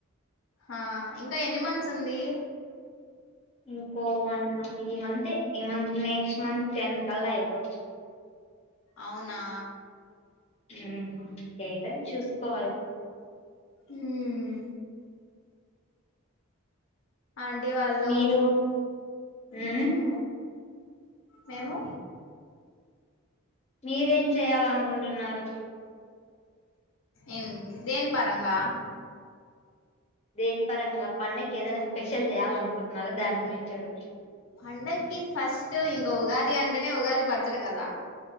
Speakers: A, on the left; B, on the left.
A: ఆ ఇంకా ఎన్ని మంత్స్ ఉంది
B: ఇంకో వన్ మంత్ ఈ మంతే ఈ మంత్ నెక్స్ట్ మంత్ టెన్ కల్లా అయిపోతు
A: అవునా
B: హ్మ్ ఇంకేదన్నా చూసుకోవాలి
A: మ్మ్ ఆంటీ వాళ్ళు
B: మీరు ఉమ్
A: మేము మేము
B: మీరేం చేయాలనుకుంటున్నారు
A: ఎన్ దేని పరంగా
B: దేని పరంగా పండక్కి ఏదైనా స్పెషల్ చేయాల అనుకుంటున్నారా దాని గురించి అడుగు
A: పండక్కి ఫస్ట్ ఇంక ఉగాది అంటేనే ఉగాది పచ్చడి కదా